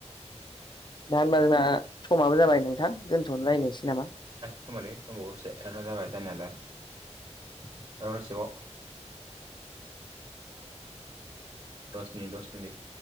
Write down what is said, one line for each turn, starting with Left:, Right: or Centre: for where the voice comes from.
Left: दा होनबा जोंना समाबो जाबाय नोंथां दोनथ' लायनोसै नामा?
Right: होनबालै दंबावो एसे र' जाबाय जानायालाय र' एसेबाव दस मिनिट दस मिनिट